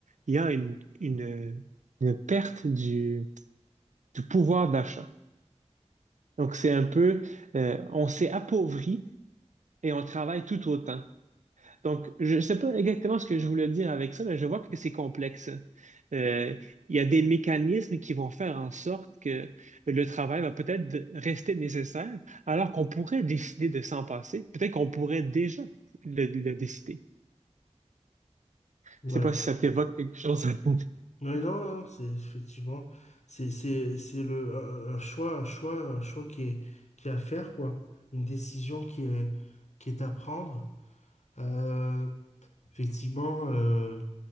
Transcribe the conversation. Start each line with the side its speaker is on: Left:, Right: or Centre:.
Right: il y a une, une- une perte du, du pouvoir d'achat. Donc c'est un peu, euh, on s'est appauvri et on travaille tout autant. Donc, je ne sais pas exactement ce que je voulais dire avec ça, mais je vois que c'est complexe. Euh, il y a des mécanismes qui vont faire en sorte que le travail va peut-être de- rester nécessaire, alors qu'on pourrait décider de s'en passer. Peut-être qu'on pourrait déjà le, le décider.
Left: Ouais.
Right: Je ne sais pas si ça t'évoque quelque chose. <laughs>
Left: Ouais, non, non, c'est effectivement, c'est c'est- c'est le un un choix, un choix, un choix qui est qui est à faire quoi, une décision qui est qui est à prendre. Euh, effectivement, euh,